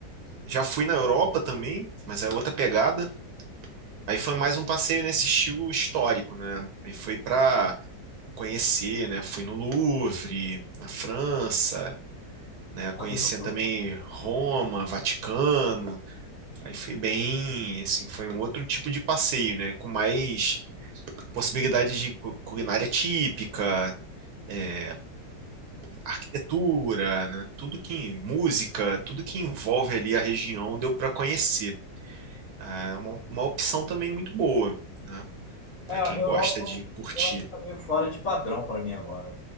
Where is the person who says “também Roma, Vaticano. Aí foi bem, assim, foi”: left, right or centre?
Right